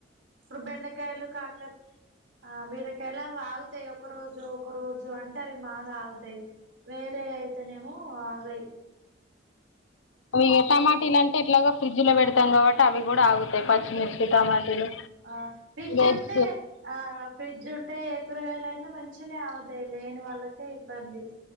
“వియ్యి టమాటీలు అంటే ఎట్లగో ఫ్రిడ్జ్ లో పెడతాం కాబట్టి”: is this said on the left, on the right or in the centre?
Left